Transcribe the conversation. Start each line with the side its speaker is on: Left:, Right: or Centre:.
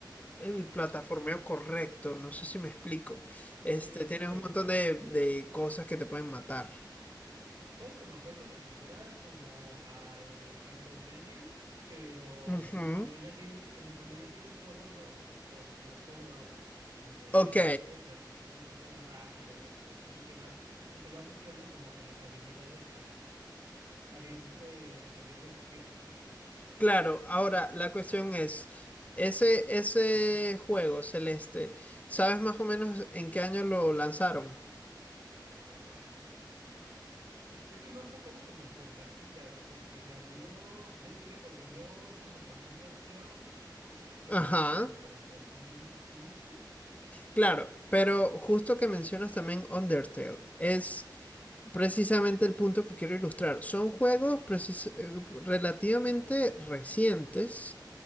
Left: el plataformeo correcto. No sé si me explico.
Right: Sí,
Left: Este, tienes
Right: de hecho,
Left: un montón
Right: ah,
Left: de, de cosas que te pueden matar.
Right: ¿sabes como a cuál se me figura? Como al Castlevania, pero
Left: Ujú.
Right: como cuando ya tienes, como cuando ya tienes todos los, po- los power-ups, en donde
Left: Ok,
Right: que puedes salt- más saltar más rápido y así que vas, que te va mezclando como que las habilidades para, para ir resolviendo desafíos, ¿no?
Left: claro. Ahora, la cuestión es, ese, ese juego celeste, ¿sabes más o menos en qué año lo lanzaron?
Right: Ah, sé que lo han sacado como por capitas, porque salió, ya es viejo, salió junto con Undertale, ah, yo creo
Left: Ajá,
Right: que como por el 2015.
Left: claro, pero justo que mencionas también Undertale, es precisamente el punto que quiero ilustrar. Son juegos precis- eh, relativamente recientes